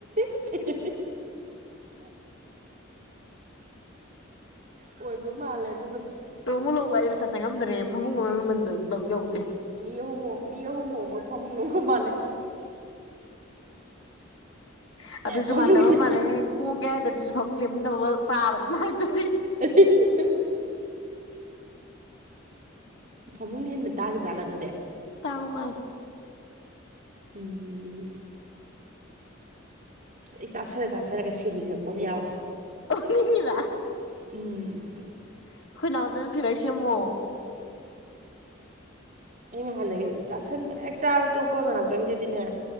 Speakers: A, on the right; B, on the left.
A: ꯍꯤꯍꯤ ꯑꯣꯏꯕ ꯃꯥꯜꯂꯦ ꯑꯗꯨꯗꯣ
B: ꯂꯨꯍꯣꯡꯕ ꯂꯨꯍꯣꯡꯕ ꯍꯥꯏꯁꯦ ꯄꯩꯁꯥ ꯆꯪꯉꯝꯗ꯭ꯔꯦ ꯐꯃꯨꯡ ꯑꯃ ꯃꯃꯜ ꯌꯧꯗꯦ
A: ꯃꯤ ꯑꯍꯨꯝ ꯃꯤ ꯑꯍꯨꯝ ꯍꯣꯡꯕ ꯐꯃꯨꯡꯒꯒ ꯃꯥꯟꯅꯩ
B: ꯎ <inaudible> ꯑꯗꯨꯁꯨ
A: ꯐꯃꯨꯡꯁꯦ
B: ꯃꯥꯟꯗꯕ ꯃꯥꯜꯂꯦ ꯍ ꯍꯣꯡꯒꯦ ꯍꯥꯏꯗ ꯑꯗꯨꯁꯨ ꯐꯃꯨꯡꯛ ꯂꯦꯝꯃꯝꯗꯕ ꯄꯥꯕꯅꯦ ꯃꯥꯥꯏꯗꯨꯗꯤ
A: <inaudible> ꯐꯃꯨꯡ ꯍꯦꯟꯅ ꯇꯥꯡ ꯏ ꯖꯥꯠꯂ ꯑꯗꯨꯗꯤ
B: ꯇꯥꯡꯕ ꯃꯜꯂꯦ
A: ꯎꯝ ꯎꯝ ꯑꯩ ꯆꯥꯁꯤꯜ ꯆꯥꯁꯤꯜꯂꯒ ꯁꯤꯅꯤꯡꯉꯛꯄ ꯑꯃ ꯌꯥꯎꯋꯦ
B: <unintelligible>
A: ꯎꯝ
B: ꯑꯩꯈꯣꯏ ꯅꯥꯎꯗꯧꯅ ꯐꯤꯒꯔ ꯁꯦꯝꯃꯣ
A: ꯑꯩ ꯉꯍꯥꯟꯗꯒꯤ ꯑꯗꯨꯝ ꯆꯥꯁꯟꯕ ꯍꯦꯛ ꯆꯥꯕ ꯇꯣꯛꯄ ꯉꯥꯏꯍꯥꯛꯇꯪꯒꯤꯗꯤꯅꯦ